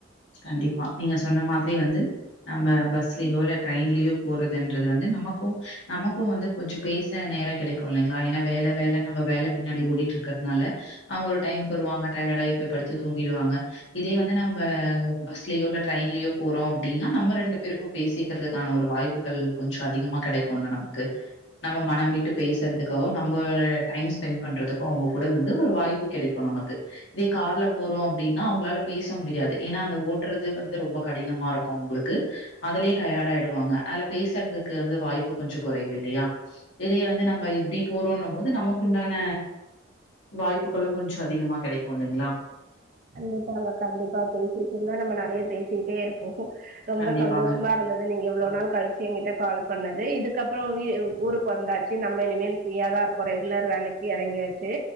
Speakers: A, on the left (about 70°); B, on the right (about 45°).
A: கண்டிப்பா நீங்க சொன்ன மாதிரி வந்து நம்ப பஸ்லயோ இல்ல ட்ரெயின்லயோ போறதுன்றது வந்து நமக்கு நமக்கு வந்து கொஞ்ச பேச நேரோ கிடைக்கு இல்லைங்களா ஏன்னா வேல வேல நம்ம வேல பின்னாடி ஓடிட்டு இருக்கிறதுனால அங்க ஒரு டைம் போயிருவாங்க டயடாயி போய் படுத்து தூங்கிடுவாங்க இதே வந்து நம்ப பஸ்லேயோ இல்ல டிரெயின்லயோ போறம் அப்டின்னா நம்ம ரெண்டு பேருக்கு பேசிக்கிறதுக்கான ஒரு வாய்ப் பு கொஞ்சோ அதிகமா கேடைக்கும்ல நமக்கு நம்ம மனம் விட்டு பேசுறதுக்காகோ நம்ம டைம் ஸ்பெண்ட் பண்றதுக்கோ அவங்க கூட வந்து ஒரு வாய்ப்பு கிடைக் இப்ப நமக்கு இதே கார்ல போறோ அப்டின்னா அவுங்களால பேச முடியாது ஏன்னா அந்த ஓட்றது வந்து ரொம்ப கடினமா இருக்கு உங்களுக்கு அதுலயே டயடா ஆயிடுவாங்க அதுல பேசுறதுக்கு வந்து வாய்ப்பு கொஞ்சோ குறவு இல்லையா இதைய வந்து நம்ம எப்டி போறோம்னு போது நமக்குண்டான வாய்ப்புகளு கொஞ்சோ அதிகமா கெடைக்கு இல்லீங்களா
B: கண்டிப்பாங்க கண்டிப்பா பேசிட்டு இருந்தா நம்ம நெறைய பேசிட்டே இருப்போ ரொம்ப
A: கண்டிப்பாங்க.
B: சந்தோஷமா இருந்தது நீங்க இவ்ளோ நாள் கழிச் எங்கிட்ட கால் பண்ணது இதுக்கப்புறம் வி ஊருக்கு வந்தாச்சு நம்ம இனிமேல் பிரியா தா இருக்கோ ரெகுலர் வேலை எறங்கியாச்சு